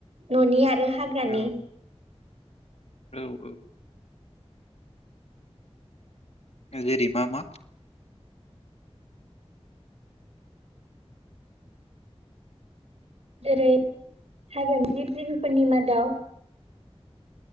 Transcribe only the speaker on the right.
न'नि आ रो हाग्रानि।
जेरै हाग्रानि जिब जिबिफोरनि मादाव